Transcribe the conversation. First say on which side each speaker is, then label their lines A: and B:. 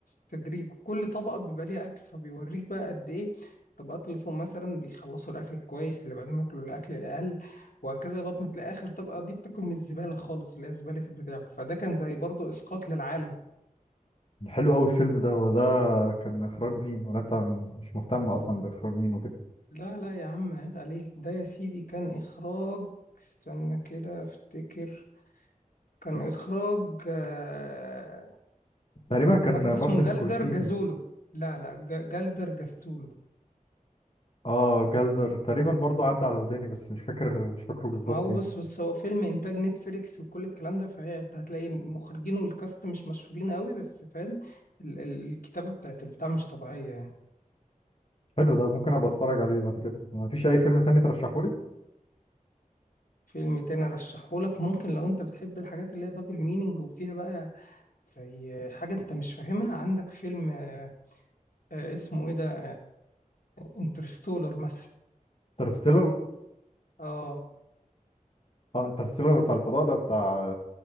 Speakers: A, on the left; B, on the left.
A: تدريج وكل طبقه بيبقى ليها اكل فبيوريك بقى قد ايه الطبقات اللي فوق مثلا بيخلصوا الاكل الكويس اللي بعدهم ياكلوا الاكل الاقل وهكذا لغايه ما تلاقي اخر طبقه دي بتاكل من الزباله خالص اللي هي زباله البتاع فده كان زي برضه اسقاط للعالم
B: حلو قوي الفيلم ده هو ده كان اخراج مين وانا طبعاً مش مهتم اصلا باخراج مين وكده
A: لا لا يا عم عيب عليك ده يا سيدي كان اخراج استنى كده افتكر كان إخراج آه،
B: تقريبا كان
A: واحد
B: مارتن
A: اسمه
B: سكورسيزي
A: جلدر جازولو لا لا ج- جلدر جاستولو
B: اه جلدر تقريبا برضه عدى على وداني بس مش فاكر مش فاكره بالظبط
A: ما هو
B: يعني
A: بص بص هو فيلم إنتاج نتفليكس وكل الكلام ده فهي أنت هتلاقي المخرجين والكاست مش مشهورين قوي بس فاهم ال- ال- الكتابة بتاعت البتاع مش طبيعية يعني
B: حلو ده ممكن ابقى اتفرج عليه بعد كده ما فيش اي فيلم تاني ترشحه لي
A: فيلم تاني أرشحهولك ممكن لو أنت بتحب الحاجات اللي هي دبل مينينج وفيها بقى زي حاجة أنت مش فاهمها عندك فيلم آه، آه، اسمه إيه ده انترستولر مثلا
B: انترستيلر
A: اه
B: اه انترستيلر بتاع الفضاء ده بتاع